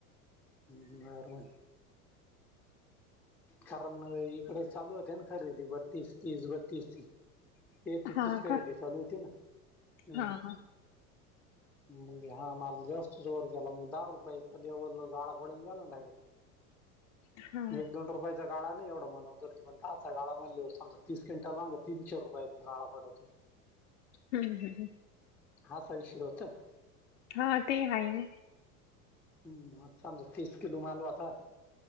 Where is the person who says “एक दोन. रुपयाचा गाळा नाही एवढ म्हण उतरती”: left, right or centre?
Centre